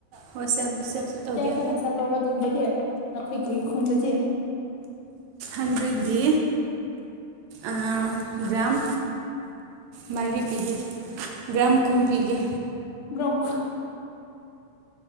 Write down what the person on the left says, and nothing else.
ꯀꯌꯥ ꯀꯌꯥꯝꯅ ꯁꯦꯜ ꯇꯧꯕ꯭ꯔꯥ ꯑꯗꯨꯒꯨꯝꯕꯗꯤ ꯑꯩꯈꯣꯏꯒꯤ ꯈꯨꯟꯗꯗꯤ
ꯒ꯭ꯔꯥꯝ